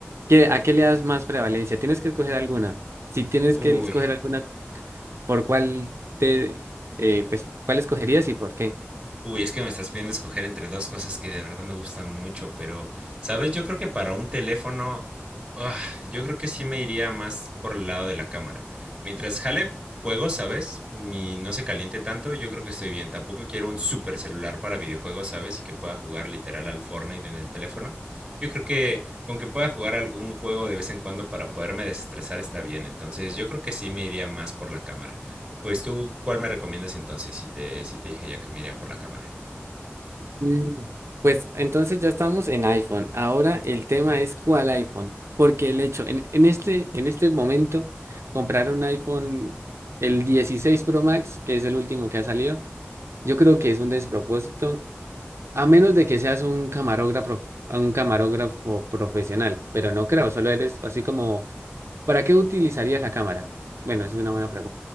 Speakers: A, on the right (about 80°); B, on the right (about 15°).
A: ¿Qué, a qué le das más prevalencia? Tienes que escoger alguna. Si tienes
B: Uy,
A: que escoger alguna, ¿por cuál te, eh, pues, cuál escogerías y por qué?
B: Uy, es que me estás pidiendo escoger entre dos cosas que de verdad me gustan mucho, pero, ¿sabes? Yo creo que para un teléfono, ah, yo creo que sí me iría más por el lado de la cámara. Mientras jale juegos, ¿sabes? Y no se caliente tanto, yo creo que estoy bien. Tampoco quiero un super celular para videojuegos, ¿sabes? Y que pueda jugar literal al Fortnite en el teléfono. Yo creo que con que pueda jugar algún juego de vez en cuando para poderme desestresar está bien. Entonces, yo creo que sí me iría más por la cámara. Pues tú, ¿cuál me recomiendas entonces si te, si te dije ya que me iría por la cámara?
A: Mm. Pues entonces ya estamos en iPhone. Ahora el tema es cuál iPhone. Porque el hecho, en, en este, en este momento, comprar un iPhone, el 16 Pro Max, que es el último que ha salido, yo creo que es un despropósito, a menos de que seas un camarógrafo, un camarógrafo profesional. Pero no creo, solo eres así como, ¿para qué utilizarías la cámara? Bueno, esa es una buena